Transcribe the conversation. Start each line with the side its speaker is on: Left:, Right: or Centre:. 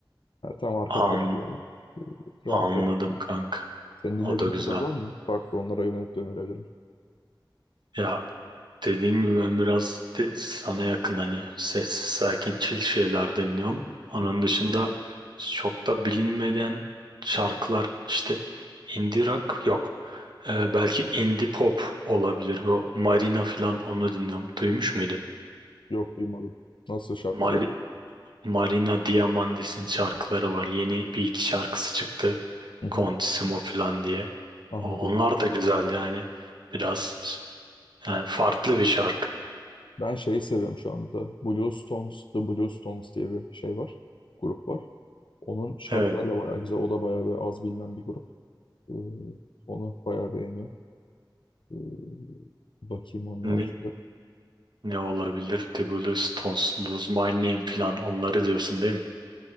Left: Yani tam arka
Right: An,
Left: planda böyle. Rahat
Right: anladım
Left: rahat. gidiyor.
Right: kanka.
Left: Senin dinlediğin
Right: O da güzel.
Left: türler var mı? Farklı onlara yönelik de önerebilirim.
Right: Ya Dediğim gibi ben biraz de sana yakın hani sessiz sakin chill şeyler dinliyorum. Onun
Left: Hı hı.
Right: dışında çok da bilinmeden şarkılar işte indie rock yok. Ee, belki indie pop olabilir. O Marina falan onu dinliyorum. Duymuş muydun?
Left: Yok duymadım. Nasıl şarkı?
Right: Mari-
Left: Evet.
Right: Marina Diamandis'in şarkıları var. Yeni bir iki şarkısı çıktı.
Left: Hı hı.
Right: Contissimo falan diye.
Left: Anladım.
Right: O- Onlar da güzel yani. Biraz yani farklı bir şarkı.
Left: Ben şeyi seviyorum şu anda. Blue Stones, The Blue Stones diye bir şey var. Grup var. Onun şarkıları
Right: Evet.
Left: da bayağı güzel. O da bayağı bir az bilinen bir grup. Ee, onu bayağı beğeniyorum. Ee, bakayım onun
Right: Ne,
Left: haricinde.
Right: Ne olabilir? Dibulus, Stones, Lose My Name falan onları diyorsun değil mi?